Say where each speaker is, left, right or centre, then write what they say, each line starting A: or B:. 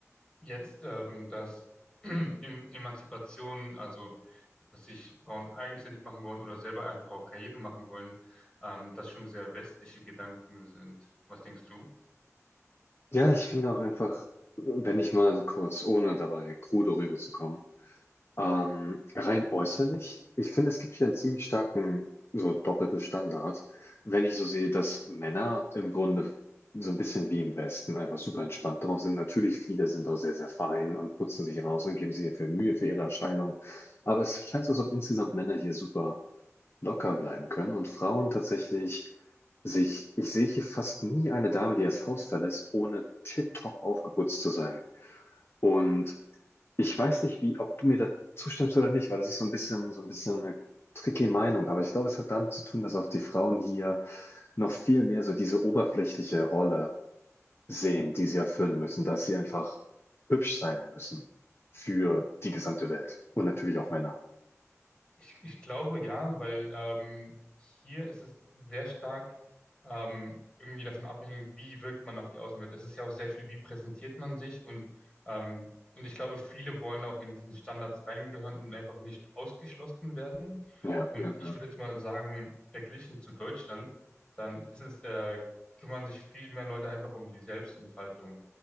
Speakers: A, on the left (about 15°); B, on the left (about 50°).
A: jetzt, ähm, dass <clears throat> Em- Emanzipation, also dass sich Frauen eigenständig machen wollen oder selber einfach auch Karriere machen wollen, ähm, das schon sehr westliche Gedanken sind. Was denkst du?
B: Ja, ich finde auch einfach, wenn ich mal kurz, ohne dabei krude rüberzukommen, Ähm, rein äußerlich, ich finde, es gibt hier einen ziemlich starken, so doppelten Standard, wenn ich so sehe, dass Männer im Grunde so ein bisschen wie im Westen einfach super entspannt drauf sind. Natürlich, viele sind auch sehr, sehr fein und putzen sich raus und geben sich viel Mühe für ihre Erscheinung. Aber es scheint so, als ob insgesamt Männer hier super locker bleiben können und Frauen tatsächlich sich, ich sehe hier fast nie eine Dame, die das Haus verlässt, ohne tipptopp aufgeputzt zu sein. Und ich weiß nicht, wie, ob du mir da zustimmst oder nicht, weil das ist so ein bisschen, so ein bisschen eine tricky Meinung. Aber ich glaube, es hat damit zu tun, dass auch die Frauen hier noch viel mehr so diese oberflächliche Rolle sehen, die sie erfüllen müssen, dass sie einfach hübsch sein müssen für die gesamte Welt. Und natürlich auch Männer.
A: Ich, ich glaube ja, weil ähm, hier ist es sehr stark ähm, irgendwie davon abhängig, wie wirkt man auf die Außenwelt. Es ist ja auch sehr viel, wie präsentiert man sich und ähm, und ich glaube, viele wollen auch in diesen Standards reingehören und einfach nicht ausgeschlossen werden.
B: Ja,
A: Und
B: ja,
A: ich
B: ja.
A: würde jetzt mal sagen, verglichen zu Deutschland, dann ist es äh, kümmern sich viel mehr Leute einfach um die Selbstentfaltung.